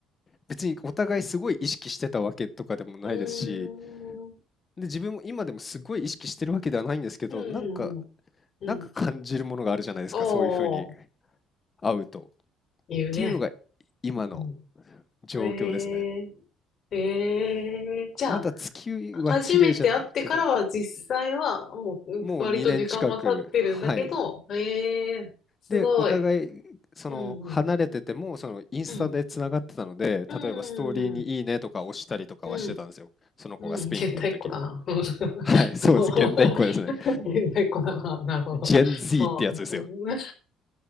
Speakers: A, on the left; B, on the left.
A: 別にお互いすごい意識してたわけとかでもないですし
B: うーん。うん
A: で自分も今でもすごい意識してるわけではないんですけどなんか
B: うんうん。
A: なんか感じるものがあるじゃないですかそういうふうに
B: うああ。
A: 会うとっ
B: 言うね。
A: ていうのが今の
B: うん。
A: 状況ですね
B: ええええじゃ
A: まだ月は綺麗じゃないけど
B: あ、初めて会ってからは実際はもう割と時間は経ってるんだけど、
A: もう2年近くはい
B: ええすごい。
A: で、お互い、その、
B: うん、
A: 離れてても、
B: うん、
A: その、インスタでつながってたので、
B: うん、う
A: 例えばストーリーにいいねとか押したりとかはしてたんですよ。
B: ん、うん、
A: その子がスペインにいる時も。
B: うん、現代っ子だな。<laughs> うんあ
A: <laughs> はい、そうです。
B: の
A: 現代っ子ですね。
B: <laughs> 現代っ子だな。なるほど。
A: Gen Z
B: あ、
A: ってやつですよ。
B: うん